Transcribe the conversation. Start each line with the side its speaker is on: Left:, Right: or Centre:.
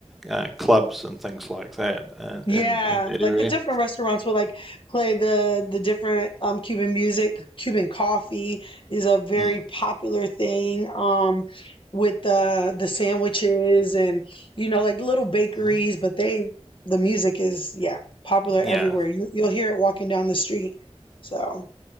Centre: uh, clubs and things like that uh,
Left: Yeah,
Centre: in in that
Left: like
Centre: area.
Left: the different restaurants will like play the the different um Cuban music. Cuban coffee is a very
Centre: Mm.
Left: popular thing. Um. With the the sandwiches and you know like little bakeries,
Centre: Mm.
Left: but they the music is yeah popular
Centre: Yeah.
Left: everywhere. You you'll hear it walking down the street. So